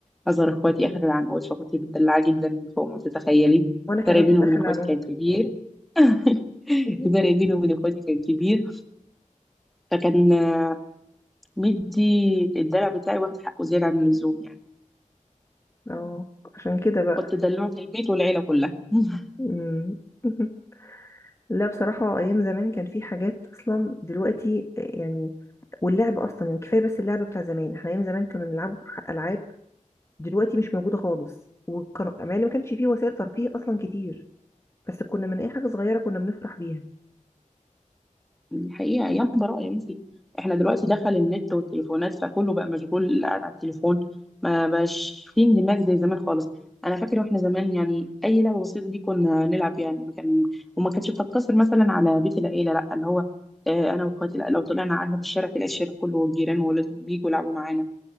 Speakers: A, in the centre; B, on the left.
A: اصغر اخواتي اخر العنقود فكنت مدلعه جدا فوق ما تتخيلي
B: وانا
A: الفرق
B: كمان
A: بيني
B: كنت
A: وبين
B: داخلة
A: اخواتي
B: عن عنك
A: كان كبير <laughs>
B: <laughs>
A: الفرق بيني وبين اخواتي كان كبير فكان آه، مدي الدلع بتاعي واخد حقه زياده عن اللزوم يعني
B: اه عشان كده بقى
A: كنت دلوعة البيت والعيلة كلها <laughs>
B: مم. <laughs> لا بصراحة أيام زمان كان في حاجات أصلا دلوقتي يعني واللعب أصلا يعني كفاية بس اللعب بتاع زمان احنا أيام زمان كنا بنلعب ألعاب دلوقتي مش موجودة خالص وكان مع إن ما كانش فيه وسائل ترفيه أصلا كتير بس كنا من أي حاجة صغيرة كنا بنفرح بيها
A: الحقيقة أيام براءة يا بنتي احنا دلوقتي دخل النت والتليفونات فكله بقى مشغول قاعد على التليفون ما بقاش في اندماج زي زمان خالص أنا فاكرة واحنا زمان يعني أي لعبة بسيطة دي كنا نلعب يعني ما كان وما كانتش بتقتصر مثلا على بيت العيلة لا اللي هو آه، أنا وأخواتي لا لو طلعنا قعدنا في الشارع تلاقي الشارع كله والجيران وولادهم بيجوا يلعبوا معانا